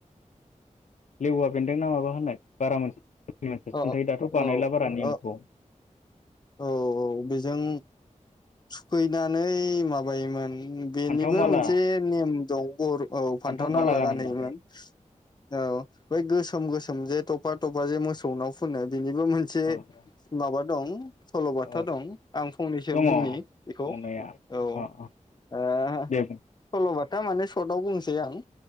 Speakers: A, on the left; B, on the left.
A: लेवा बेन्दों ना माबा होननाय बारा मोजा
B: औ
A: <unintelligible> दाथ बानायला
B: औ
A: बारा नेमखौ
B: औ औ बेजों थुखै <unintelligible> नानै माबायोमोन ओम बेनिबो
A: फान्थाव माला
B: मोनसे नेम दं बर औ फान्थावनाला
A: फान्थाव माला गानहोनानै
B: गानहैयोमोन औ बै गोसोम गोसोम जे थ'फा थ'फा जे मोसौ नाव फोननो बेनिबो मोनसे
A: औ
B: माबा दं स' खोथा
A: औ
B: दं आं फंनैसो
A: दङ
B: बुंनि बेखौ
A: दंनाया
B: औ ओह
A: अ अ दे बुं
B: सल'बाथा थारमाने सर्टआव बुंनोसै आं